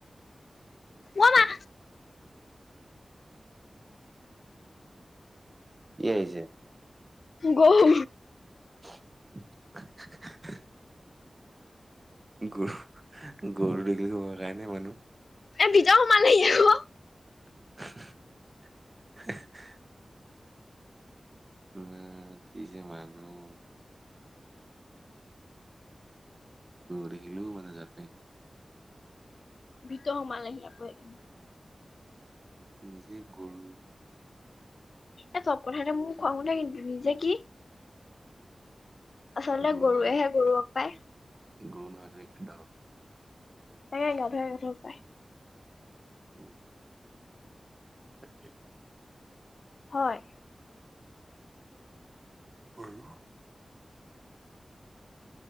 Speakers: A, on the left; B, on the right.
A: অমা
B: কি আহিছে?
A: গৰু।
B: <unintelligible> গ, গৰু দেখিলে ভয় পাইনে মানুহ।
A: ভিতৰত সোমালহি গৰু।
B: <unintelligible> আমাৰ কি যে মানুহ। দেখিলোঁ মানে জাত নাই।
A: ভিতৰত সোমালহি আকৌ।
B: নিজেই গৰু।
A: এই চব কথাতে মোৰ খং উঠে কিন্তু। নিজে কি? আচলতে
B: গৰু
A: গৰুৱেহে
B: নহয়
A: গৰু লগ পায়।
B: গৰু নহয় তুমি গাধ।
A: এয়াই গাধৱে গাধক পায়।
B: উম। তাকেই।
A: হয়।
B: <unintelligible>